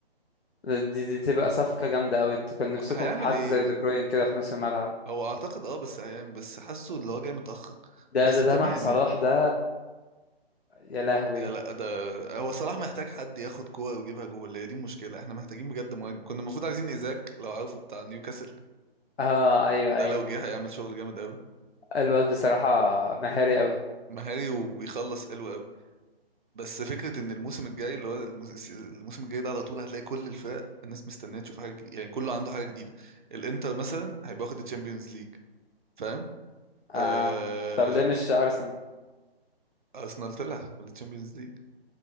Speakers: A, on the left; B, on the right.
A: دي, دي تبقى صفقة جامدة قوي انتوا كان
B: ما-
A: نفسكم
B: هيعمل
A: في حد
B: ايه
A: زي دي بروين كده في نص الملعب
B: هو اعتقد اه بس هيعمل بس حاسه اللي هو جاي متأخر
A: ده
B: بس
A: ده
B: تمام
A: ده مع صلاح
B: يعني
A: ده يا لهوي
B: لا لا، ده هو صلاح محتاج حد ياخد كوره ويجيبها جول هي دي المشكله احنا محتاجين بجد مهاجم كنا المفروض عايزين ايزاك لو عارفه بتاع نيوكاسل
A: اه ايوه
B: ده
A: ايوه
B: لو جه هيعمل شغل جامد قوي
A: الواد بصراحة مهاري قوي
B: مهاري وبيخلص حلو قوي بس فكره ان الموسم الجاي اللي هو الموس- الموسم الجاي ده على طول هتلاقي كل الفرق الناس مستنيه تشوف حاجه جديده يعني كله عنده حاجه جديده الانتر مثلا هيبقى واخد الشامبيونز ليج فاهم آه...
A: اه طب ليه مش ارسنال
B: ارسنال طلع من الشامبيونز ليج